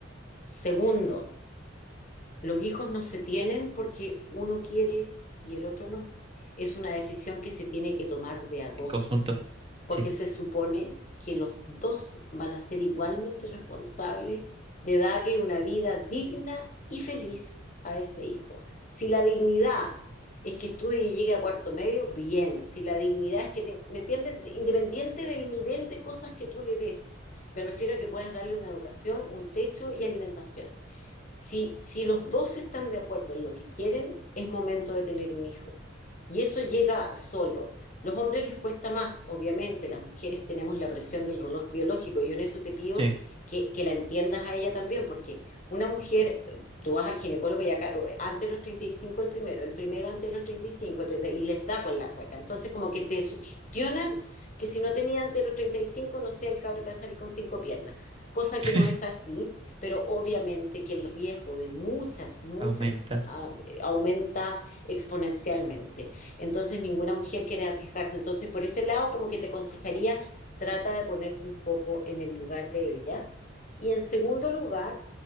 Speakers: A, on the left (about 40°); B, on the right (about 25°).
A: Segundo, los hijos no se tienen porque uno quiere y el otro no. Es una decisión que se tiene que tomar de a dos
B: en conjunto,
A: porque
B: sí,
A: se supone que los dos van a ser igualmente responsables de darle una vida digna y feliz a ese hijo. Si la dignidad es que estudie y llegue a cuarto medio, bien. Si la dignidad es que, te, ¿me entiendes? Independiente del nivel de cosas que tú le des. Me refiero a que puedas darle una educación, un techo y alimentación. Si, si los dos están de acuerdo en lo que quieren, es momento de tener un hijo. Y eso llega solo. Los hombres les cuesta más, obviamente, las mujeres tenemos la presión del reloj biológico. Yo en eso te pido
B: sí,
A: que, que la entiendas a ella también, porque una mujer, tú vas al ginecólogo y acá, antes de los 35 el primero, el primero antes de los 35, el y les da con la cueca. Entonces como que te sugestionan que si no tenía antes de los 35, no sé, el cabro te va a salir con cinco piernas, cosa
B: <laughs>
A: que no es así pero obviamente que el riesgo de muchas, muchas
B: aumenta.
A: ah, aumenta exponencialmente. Entonces ninguna mujer quiere arriesgarse. Entonces por ese lado como que te aconsejaría, trata de ponerte un poco en el lugar de ella. Y en segundo lugar,